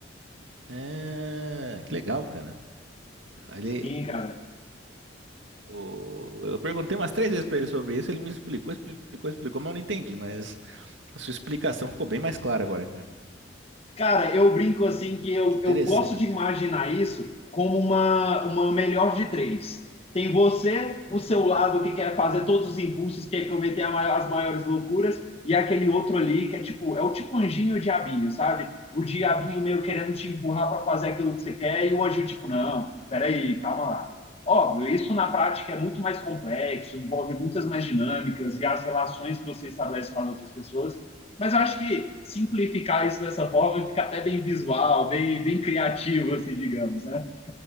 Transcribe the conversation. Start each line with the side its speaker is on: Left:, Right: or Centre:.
Right: É, que legal, cara. Ele,
Left: Sim, cara.
Right: o- eu perguntei umas três vezes pra ele sobre isso, ele me explicou, explicou, explicou, mas eu não entendi. Mas A sua explicação ficou bem mais clara agora, cara.
Left: Cara, eu brinco assim que eu,
Right: Que interessante.
Left: eu gosto de imaginar isso como uma, uma melhor de três. Tem você, o seu lado que quer fazer todos os impulsos, quer cometer a mai- as maiores loucuras, e aquele outro ali que é tipo, é o tipo anjinho e o diabinho, sabe? O diabinho meio querendo te empurrar para fazer aquilo que você quer, e o anjinho tipo, não, peraí, calma lá. Óbvio, isso na prática é muito mais complexo, envolve muitas mais dinâmicas e as relações que você estabelece com as outras pessoas. Mas eu acho que simplificar isso dessa forma fica até bem visual, bem, bem criativo, assim, digamos, né?